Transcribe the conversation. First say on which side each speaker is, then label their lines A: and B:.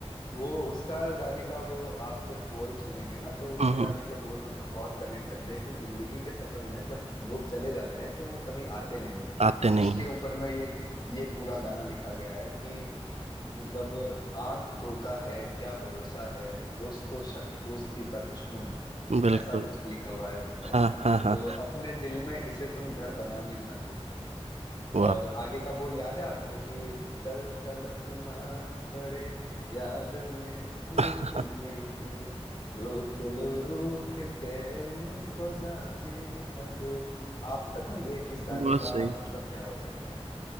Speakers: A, on the left; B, on the right.
A: वो उसका गाने का वो आप जब बोल सुनेंगे ना तो उसके
B: हम्म,
A: गाने के बोल मतलब बहुत कनेक्ट करते हैं कि जिंदगी के सफर में जब लोग चले जाते हैं तो वो कभी आते नहीं है
B: आते नहीं
A: उसके
B: है
A: ऊपर में ये ये पूरा गाना लिखा गया है कि मतलब आंख धोखा है क्या भरोसा है दोस्त तो शक दोस्ती का दुश्मन है
B: बिल्कुल
A: ऐसा कुछ लिखा हुआ है उसमें
B: हाँ
A: तो
B: हाँ हाँ
A: अपने दिल में इसे तुम घर बनाने ना दो
B: वाह
A: और आगे का बोल याद है आपको कि कल तड़पना पड़े याद में
B: <laughs>
A: जिनकी रोक लो रूठ के उनको जाने ना दो आप बताइए इस गाने
B: बहुत
A: का
B: सही
A: मतलब क्या हो सकता है